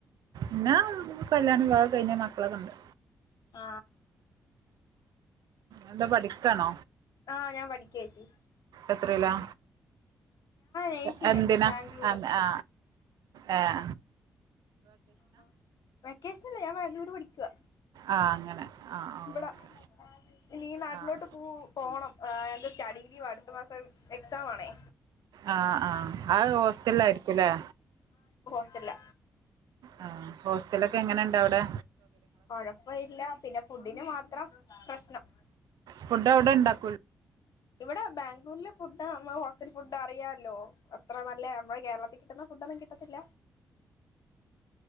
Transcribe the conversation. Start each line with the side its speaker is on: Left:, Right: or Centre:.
Right: ഉം ഞാൻ കല്യാണം കയ്ഞ്ഞ മക്കളൊക്കെണ്ട്
Left: ആ
Right: എന്താ പഠിക്കാണോ?
Left: ആഹ ഞാൻ പഠിക്ക്യേച്ചി
Right: എത്രേലാ
Left: നേഴ്സിങ്
Right: ഏഹ് എന്തിനാ
Left: ബാംഗ്ലൂര്
Right: ആ ആ എ ആ
Left: ആ വെക്കേഷനല്ല ഞാൻ വാംഗ്ളൂർ പഠിക്കുവാ
Right: ആ അങ്ങനെ ആഹ് ആഹ്
Left: ന്ത്‌ടാ
Right: ഓക്കെ
Left: ഇനീ നാട്ടിലോട്ട്
Right: ആഹ്
Left: പൂ പോണം. ഏഹ് എന്റെ സ്റ്റഡീ ലീവാ അട് ത്ത മാസം എക്സാമാണേ
Right: ആ ആ അഹ് ഹോസ്റ്റലായിരിക്കുംല്ലേ?
Left: ത്തില്ല
Right: ആ ഹോസ്റ്റലൊക്കെ എങ്ങനെ ഇണ്ട് അവടെ?
Left: കൊഴപ്പവില്ല പിന്ന ഫുഡിന് മാത്രം പ്രശ്നം.
Right: ഫുഡ് അവടെ ഉണ്ടാക്കുൽ
Left: ഇവിടെ ബാംഗ്ലൂരിലെ ഫുഡാ മ്മടെ ഹോസ്റ്റൽ ഫുഡ് അറിയാല്ലോ. അത്ര നല്ല മ്മടെ കേരളത്തിൽ കിട്ടുന്ന ഫുഡൊന്നും കിട്ടത്തില്ല
Right: അ